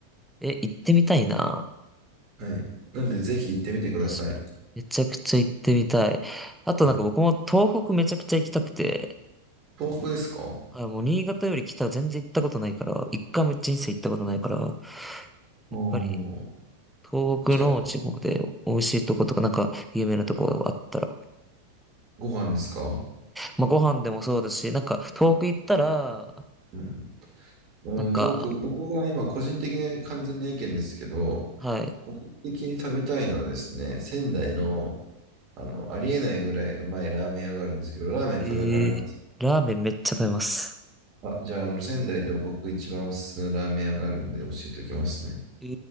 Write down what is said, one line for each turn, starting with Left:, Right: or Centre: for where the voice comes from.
Centre: え、行ってみたいな。
Right: はい。なんで、ぜひ行ってみてください。
Centre: 確かに。めちゃくちゃ行ってみたい。あとなんか僕も東北めちゃくちゃ行きたくて、
Right: うん遠くですか
Centre: あ、もう新潟より北は全然行ったことないから、一回も人生行ったことないから、やっぱり
Right: う
Centre: 東北の地方で美味しいとことかなんか有名なとこがあったら、
Right: じゃあ、ご飯ですか
Centre: まあご飯でもそうだし、なんか東北行ったら、
Right: うん。うん、
Centre: なんか、
Right: 遠く、僕が今、個人的な完全な意見ですけど、
Centre: はい。
Right: 個人的に食べたいのはですね、仙台の、あの、ありえないぐらいうまいラーメン屋があるんですけど、ラーメン食べられます。
Centre: えー、ラーメンめっちゃ食べます。
Right: あ、じゃあ、あの、仙台でも僕一番おすすめのラーメン屋があるんで教えておきますね。
Centre: え